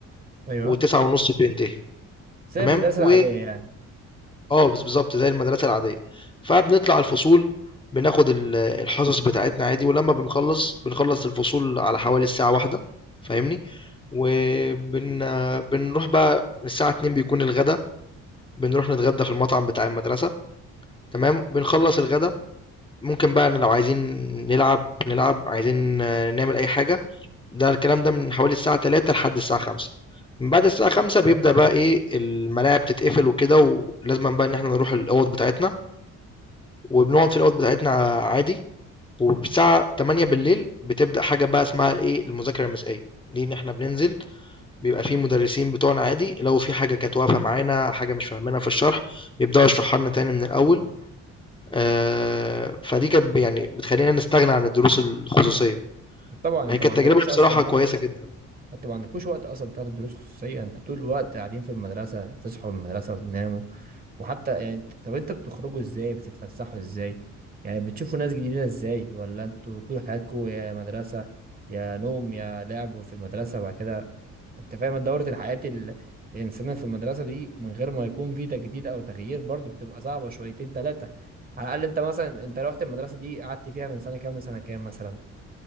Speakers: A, on the right (about 30°); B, on the left (about 15°).
A: ايوه
B: و09:30 بينتهي
A: زي
B: تمام،
A: المدرسه
B: و
A: العاديه يعني
B: آه، بالض بالضبط زي المدرسة العادية. فبنطلع الفصول بناخد ال الحصص بتاعتنا عادي، ولمّا بنخلّص بنخلّص الفصول على حوالي الساعة 13:00 فاهمني، وبن بنروح بقى الساعة 14:00 بيكون الغدا. بنروح نتغدى في المطعم بتاع المدرسة تمام بنخلص الغدا ممكن بقى إن لو عايزين نلعب نلعب عايزين آه، نعمل أي حاجة ده الكلام ده من حوالي الساعة 3 لحد الساعة 5 من بعد الساعة 5 بيبدأ بقى إيه الملاعب تتقفل وكده ولازم بقى إن إحنا نروح الأوض بتاعتنا وبنقعد في الأوض بتاعتنا عادي والساعة 8 بالليل بتبدأ حاجة بقى اسمها إيه المذاكرة المسائية دي إن إحنا بننزل بيبقى في مدرسين بتوعنا عادي لو في حاجة كانت واقفة معانا حاجة مش فاهمينها في الشرح بيبدأوا يشرحوا لنا تاني من الأول آآ، فدي كانت ب يعني بتخلّينا نستغنى عن الدروس الخصوصية،
A: طبعا انت
B: هي كانت
A: ما عندكوش
B: تجربة
A: اصلا
B: بصراحة
A: وقت
B: كويسة جدًا،
A: انت ما عندكوش وقت اصلا تاخدوا دروس خصوصيه انت طول الوقت قاعدين في المدرسه تصحوا من المدرسه وتناموا وحتى يعني انت- طب انت بتخرجوا ازاي بتتفسحوا ازاي يعني بتشوفوا ناس جديده ازاي ولا انتوا طول حياتكم يا مدرسه يا نوم يا لعب في المدرسه بعد كده انت فاهم دورة الحياه ال- الانسان في المدرسه دي من غير ما يكون في تجديد او تغيير برضو بتبقى صعبه شويتين ثلاثه على الاقل انت مثلا انت رحت المدرسه دي قعدت فيها من سنه كام لسنه كام مثلا